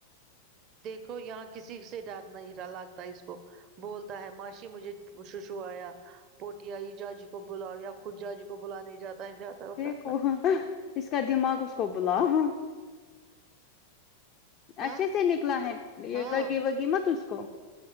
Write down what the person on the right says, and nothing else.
دیکھو یہاں کسی سے ڈر نہیں رہا لگتا اس کو بولتا ہے ماشی مجھے سوشو آیا پوٹ آئی جاجی کو بلاؤ یا خود جاجی کو بلاانے جاتا ہے جاتا ہے اور
کرتا ہے
ہاں
ہاں